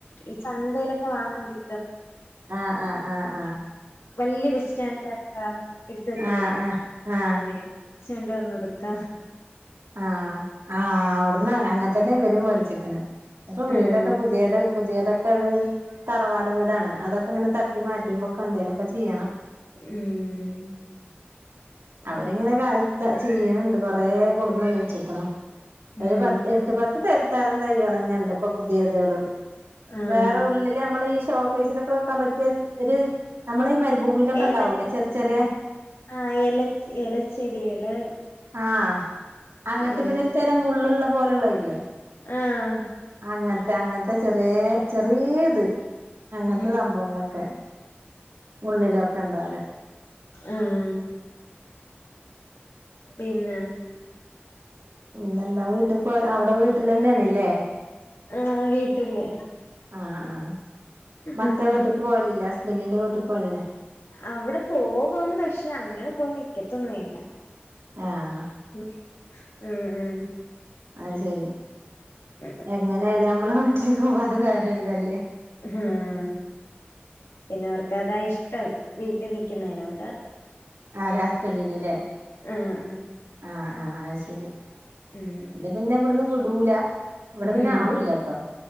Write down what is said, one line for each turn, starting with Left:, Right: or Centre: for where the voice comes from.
Left: ഈ ചന്തയിലൊക്കെ വാങ്ങാൻ കി
Right: ആഹ് -ആഹ് -ആഹ് -ആഹ്
Left: വല്ല്യ വിസ്റ്റാന്റായിട്ട എടുത്ത് വച്ചേ
Right: ആഹ് ആഹ്
Left: ഇങ്ങനെ ച്ചുണ്ട് വന്നതൊക്ക
Right: ആഹ്.. ആഹ് അവ്ടുന്ന ഞങ്ങക്കെല്ലാ ഇവരും വേടിച്ചിക്ണ് ഇപ്പൊ
Left: ഉം
Right: വീടൊക്കെ പു പുതിയത് പുതിയതൊക്കെ ഇത് തറവാട് വീടാണ്. അതൊക്കെ ങ്ങനെ തട്ടി മാറ്റുമ്പൊക്കെ എന്തേലൊക്കെ ചെയ്യണം.
Left: ഉം ഉം
Right: അവരിങ്ങനെ കാൽ ഇതാ ചെയ്യണണ്ട് കൊറേ കൊണ്ടൊന്നു വെച്ചേക്കണു ഒരു
Left: ഉം
Right: പ എട്ട് പത്ത് തരം തരം തൈകള് തന്നേണ്ട് ഇപ്പൊ പുതിയത്കള്
Left: ഉം
Right: വേറെ ഉള്ളില് നമ്മള് ഈ ഷോക്കേസിലൊക്കെ വെക്കാൻ പറ്റിയ ഒര് നമ്മള് ഈ മരുഭൂമിയിലൊക്കെ
Left: എല
Right: ണ്ടാവൂലേ ചേർ ചെറിയ
Left: ആഹ് എലച് എലച്ചെടികള്
Right: ആ അങ്ങനത്തെ
Left: ഉം
Right: പിന്നെ ഒരു തരം മുള്ള്ള്ള പോലുള്ള ഇല്ലേ?
Left: ആഹ്
Right: അങ്ങൻ ത്തെ അങ്ങനത്തെ ചെറിയേ ചെറിയേയിത് അങ്ങനത്തെ
Left: ഉം
Right: സംഭവങ്ങളൊക്കെ ഉള്ളിലൊക്കെ ഉണ്ടാവര്
Left: ഉം പിന്നെ
Right: പിന്നെന്താ വീട്ടിക്കോ അവിടെ വീട്ടിലന്നെയാണ്ല്ലേ
Left: ആഹ് വീട്ടില്
Right: ആഹ്... ആഹ് മറ്റേ
Left: ഉം
Right: വീട്ടക്ക് പോവലില്ല. ഹസ്ബന്റിന്റെ വീട്ട്ക്ക് പോവലില്ലേ
Left: അവടെ പോവും. പക്ഷെ അങ്ങനെ പോയി നിക്കത്തൊന്നും ഇല്ല.
Right: ആഹ്
Left: മം ഉംമം
Right: അത് ശെരി
Left: ഉം
Right: എങ്ങനെ ആയാലും നമ്മള് വീട്ടിലേക്ക് പോവുമ്പോ അത് വേറൊരു ഇതല്ലേ
Left: ഹും പിന്നെ അവർക്ക് അതാ ഇഷ്ടം വീട്ടി നിക്കുന്നതിനോട്
Right: ആരാ ഹസ്ബൻഡിന്ല്ലേ?
Left: ആഹ്
Right: ആഹ്- ആഹ് അത് ശരി
Left: ഉം
Right: ഇത് പിന്നെ ഇവിടുന്ന് വിടൂല. ഇവടെ
Left: ഉം
Right: പിന്നെ ആളുംല്ലാട്ടോ